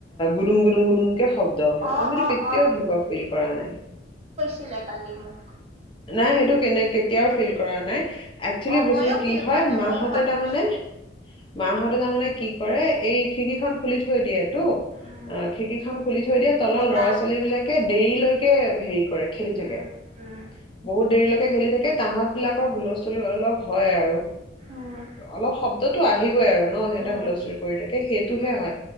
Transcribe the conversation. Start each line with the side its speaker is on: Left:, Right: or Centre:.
Left: গুদুম গুদুম গুদুম কে শব্দ হয়
Right: অ
Left: আমিতো
Right: অ
Left: কেতিয়াও
Right: অ
Left: সেনেকুৱা ফিল কৰা নাই।
Right: ছিলে কালি মোক।
Left: নাই সেইটো কেনে কেতিয়াও ফিল কৰা নাই, একচুৱেলি
Right: অ
Left: বস্তুটো
Right: মইয়ো
Left: কি
Right: ফিল
Left: হয়
Right: কৰা নাই
Left: মাহতে
Right: ময়ো মাক
Left: তাৰমানে
Right: কৈছো
Left: মাহঁতে তাৰমানে কি কৰে এই খিকি খন খুলি থৈ দিয়ে। ত
Right: উম
Left: অ খিকি খন খুলি থৈ দিয়ে তলৰ
Right: বতাহ
Left: ল'ৰা ছোৱালী বিলাকে দেৰিলৈকে কি আক সেইটো। কৰে খেলি থাকে।
Right: উম উম
Left: বহুত দেৰিলৈকে খেলি থাকে তাহত বিলাকৰ হুলস্থুল অলপ হয় আৰু
Right: উম
Left: অলপ শব্দতো আহিবই আৰু ন সিহঁতে
Right: উম
Left: হুলস্থুল কৰি থাকে সেইটোহে
Right: উম
Left: হয়।